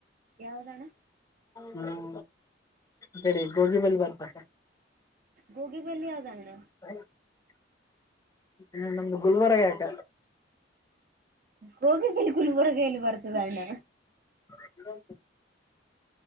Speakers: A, on the right; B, on the left.
A: ಯಾವ್ದಣ್ಣ
B: ಹ್ಮ್ ಈಕಡಿ ಗೋಜುಬಲ್ಲಿ ಬರ್ತ ಅಕ್ಕಾ.
A: ಗೋಗಿ ಬಲ್ಲಿ ಯಾವ್ದ ಅಣ್ಣಾ.
B: <unintelligible> ಹ್ಮ ನಮ್ದು ಗುಲ್ವರ್ಗ ಯಾಕ
A: ಗೋಗಲ್ಲಿ ಕುಲ್ಬುರಗಲ್ಲಿ ಬರ್ತದ ಅಣ್ಣ.
B: <inaudible>